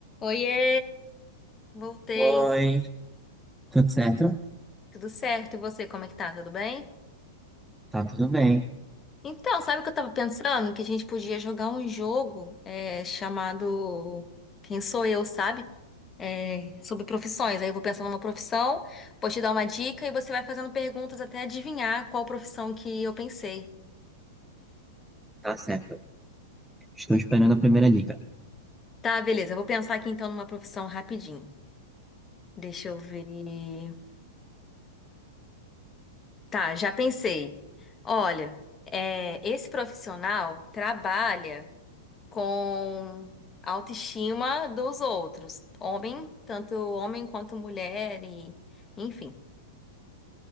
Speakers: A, on the left; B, in the centre.
A: Oiê, voltei.
B: Oi, tudo certo?
A: Tudo certo? E você, como é que tá? Tudo bem?
B: Tá tudo bem,
A: Então, sabe o que eu tava pensando? Que a gente podia jogar um jogo é, chamado Quem Sou Eu, sabe? É, sobre profissões. Aí eu vou pensar numa profissão, vou te dar uma dica e você vai fazendo perguntas até adivinhar qual profissão que eu pensei.
B: tá certo. Estou esperando a primeira dica.
A: Tá, beleza. Eu vou pensar aqui então numa profissão rapidinho. Deixa eu ver. Tá, já pensei. Olha, é, esse profissional trabalha. com a autoestima dos outros, homem, tanto homem quanto mulher e enfim.